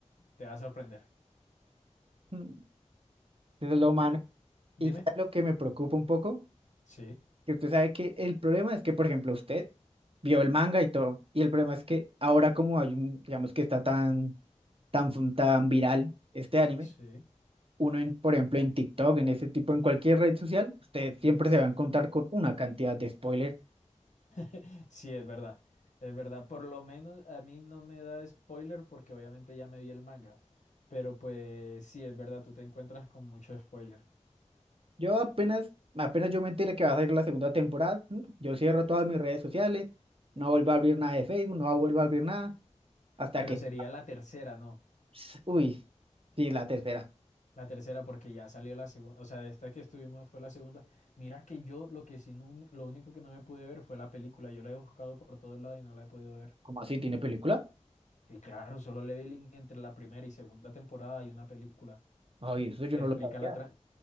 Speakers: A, on the left; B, on the right.
A: te va a sorprender.
B: mm, eso es lo humano.
A: Pero dime,
B: Y ¿sabe lo que me preocupa un poco,
A: sí,
B: que usted sabe que el problema es que, por ejemplo, usted vio el manga y todo, y el problema es que ahora como hay un, digamos que está tan, tan, fun- tan viral este anime,
A: sí.
B: uno, en, por ejemplo, en TikTok, en ese tipo, en cualquier red social, usted siempre se va a encontrar con una cantidad de spoilers
A: <laughs> Sí, es verdad, es verdad. Por lo menos a mí no me da spoiler porque obviamente ya me vi el manga. Pero pues sí, es verdad, tú te encuentras con mucho spoiler.
B: Yo apenas, apenas yo me entere que va a salir la segunda temporada, mm, yo cierro todas mis redes sociales, no vuelvo a abrir nada de Facebook, no vuelvo a abrir nada, hasta
A: Pero
B: que,
A: sería la tercera, ¿no?
B: ps, uy, sí, la tercera.
A: La tercera porque ya salió la segunda, o sea, esta que estuvimos fue la segunda. Mira que yo lo que sí, no- lo único que no me pude ver fue la película. Yo la he buscado por todos lados y no la he podido ver.
B: ¿Cómo así tiene película?
A: Y claro, solo leveling entre la primera y segunda temporada hay una película.
B: Ay, eso yo
A: que
B: no
A: explica
B: lo sabía.
A: la... tra-